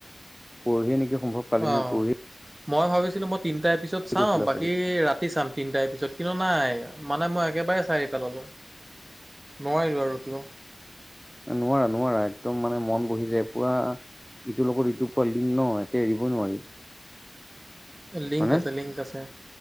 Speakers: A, in the centre; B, on the right.
A: পাহিয়ে নেকি সম্ভৱ? পালি
B: অ,
A: নহয় পৰহিয়ে
B: মই ভাবিছিলো মই তিনিটাৰ এপিছোদ চাও
A: কৈছিলা
B: বাকী
A: চাগে
B: ৰাতি চাম তিনিটা এপিছোদ। কিন্তু নাই মানে মই একেবাৰে চাই পেললো নোৱাৰিলো আৰু ৰখিব
A: নোৱাৰা নোৱাৰা একদম মানে মন বহি যায় পুৰা ইটোৰ লগত ইটোৰ পৰা লিংগ ন এৰিব নোৱাৰি
B: লিংক
A: মানে
B: আছে লিংক আছে